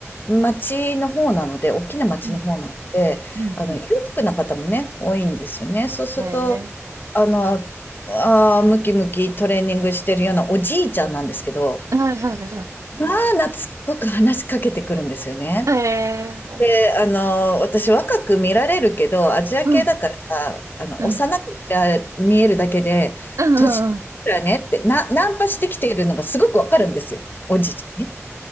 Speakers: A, on the left; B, on the right.
A: 町の方なので、大きな町の方なので、
B: うん、うん、
A: あの、
B: うん。
A: 裕福な方もね、多いんですよね。そうすると、
B: え
A: あの、あームキムキトレーニングしてるようなおじいちゃんなんですけど、
B: ー、はいはいは
A: まあ、懐っこく話しかけてくるんですよね。
B: い。えー、
A: で、あの、私若く見られるけど、アジア系だから、
B: うん、
A: あの、
B: うん、
A: 幼く見ら見えるだけで、
B: うん、
A: 年だねって、
B: うん。うん
A: な、ナンパしてきているのがすごくわかるんですよ。おじいちゃんね